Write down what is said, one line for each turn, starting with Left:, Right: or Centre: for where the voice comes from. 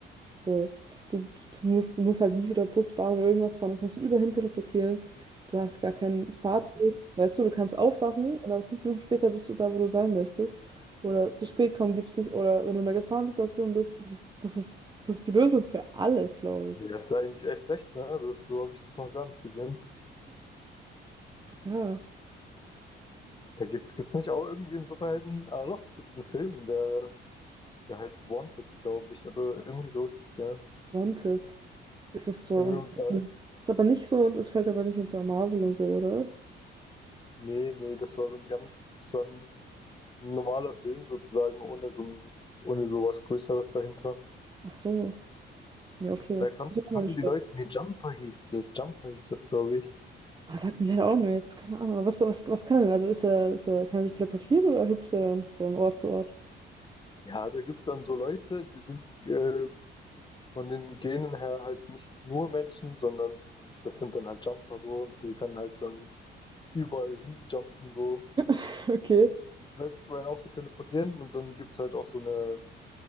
Right: So, du, du, du musst, du musst halt nie wieder Bus, Bahn oder irgendwas fahren und kannst dich überall teleportieren. Du hast gar keinen Fahrtweg. Weißt du, du kannst aufwachen und dann fünf Minuten später bist du da, wo du sein möchtest. Oder zu spät kommen gibt's nicht. Oder wenn du in einer Gefahrensituation bist, das ist, das ist, das ist die Lösung für alles, glaube ich.
Left: ja, hast du eigentlich echt recht, ne? Das, so habe ich das noch gar nicht gesehen.
Right: Ja,
Left: Da gibt's, gibt's nicht auch irgendwie einen Superhelden? Ah doch, es gibt einen Film, der, der heißt Wanted, glaube ich, oder irgendwie so hieß der.
Right: Wanted. Es ist so,
Left: Irgendwie,
Right: und
Left: da,
Right: ist aber nicht so und es fällt aber nicht unter Marvel und so, oder?
Left: nee, nee, das war so ein ganz, das war ein Ein normaler Film sozusagen, ohne so ein, ohne sowas Größeres dahinter.
Right: Ach so. Ja, okay.
Left: Da kon
Right: Ist auch
Left: konnten
Right: mal nicht
Left: die Leute, nee, Jumper hieß das, Jumper hieß das, glaube ich.
Right: Oh, sagt mir leider auch nur jetzt, keine Ahnung. Aber Was, was, was kann er denn? Also ist er, ist er, kann er sich teleportieren oder hüpft er dann von Ort zu Ort?
Left: Ja, da gibt es dann so Leute, die sind äh, von den Genen her halt nicht nur Menschen, sondern das sind dann halt Jumper so und die können halt dann überall hinjumpen so.
Right: <laughs> Okay.
Left: Weiß ich, Ryan auch so teleportieren und dann gibt es halt auch so eine